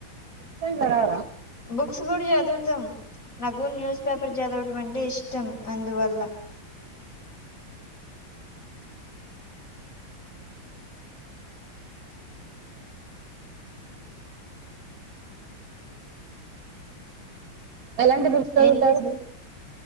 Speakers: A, on the right; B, on the left.
A: బుక్స్ ఎం చదవరా?
B: బుక్స్ కూడా చదువుతాం నాకు న్యూస్ పేపర్ చదవడం అంటే ఇష్టం అందువల్ల
A: ఎలాంటి బుక్స్ చదువుతారు
B: ఏం చేస్త